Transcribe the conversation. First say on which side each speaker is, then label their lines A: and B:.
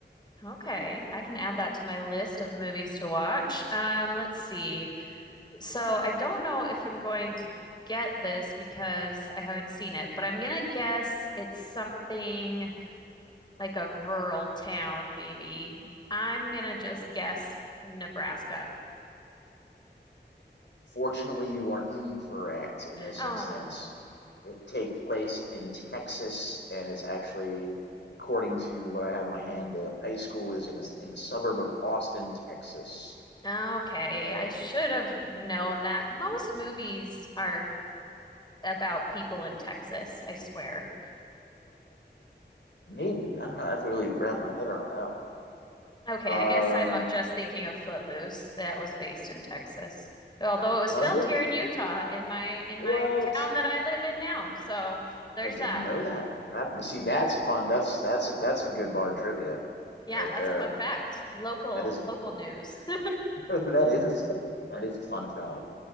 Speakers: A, on the left; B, on the left.
A: Okay, I can add that to my list of movies to watch. Um, let's see. So I don't know if I'm going to get this because I haven't seen it, but I'm gonna guess it's something like a rural town, maybe. I'm gonna just guess Nebraska.
B: Fortunately, you are incorrect in this
A: Oh,
B: instance. It takes place in Texas, and it's actually, according to what I have in my hand, the high school is in a in a suburb of Austin, Texas.
A: okay.
B: So
A: I should
B: uh,
A: have known that. Most movies are about people in Texas, I swear.
B: maybe I don't know. I have to really wrap my head around that one.
A: Okay,
B: Um,
A: I guess I'm uh, just thinking of Footloose. That was based in Texas, although it was
B: was
A: filmed
B: it?
A: here in Utah, in my in
B: What?
A: my town that I live in now. So there's
B: I didn't
A: that.
B: know that. That see, that's a fun. That's that's a, that's some good bar trivia
A: Yeah,
B: right
A: that's
B: there.
A: a fun fact. Local
B: That is a
A: local news. <laughs>
B: <laughs> that is that is a fun fact.